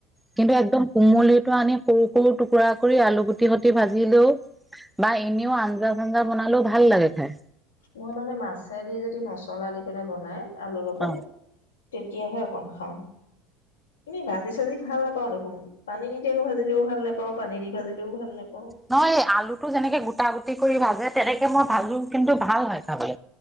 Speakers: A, in the centre; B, on the left.
A: কিন্তু একদম কুমলিত টো আনি সৰু সৰু টুকুৰা কৰি আলু গুটি সুটি ভাজিলেও, বা এনেও আঞ্জা চঞ্জা বনালেও ভাল লাগে খাই।
B: মই মানে মাছেদি যদি মছলা দি পিনে বনাই। আলুৰ লগত।
A: অ
B: তেতিয়াহে অকন খাওঁ। এনেই ভাজি চাজি ভাল নাপাওঁ দেখোন পানী নিদিয় আকৌ ভাজিলেও ভাল নাপাওঁ পানী দি ভাজিলেও ভাল নাপাওঁ।
A: নহয় আলুটো যেনেকে গোটা গোটা কৰি ভাজে তেনেকে মই ভাজো কিন্তু ভাল হয় চাবলৈ।